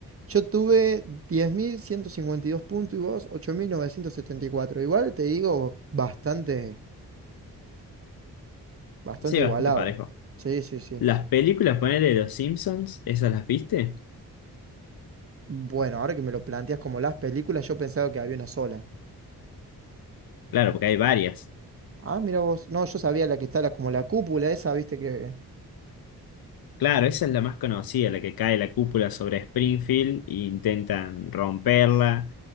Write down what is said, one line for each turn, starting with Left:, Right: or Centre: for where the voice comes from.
Right: Yo tuve 10.152 puntos y vos ocho mil novecientos setenta y cuatro Igual te digo, bastante, bastante
Left: Sí,
Right: igualado.
Left: bastante parejo.
Right: Sí, sí, sí.
Left: Las películas, ponele de los Simpsons, ¿esas las viste?
Right: Bueno, ahora que me lo planteas como las películas, yo pensaba que había una sola.
Left: Claro, porque hay varias.
Right: Ah, mira vos. No, yo sabía la que está la- como la cúpula esa, viste que...
Left: Claro, esa es la más conocida, la que cae la cúpula sobre Springfield e intentan romperla.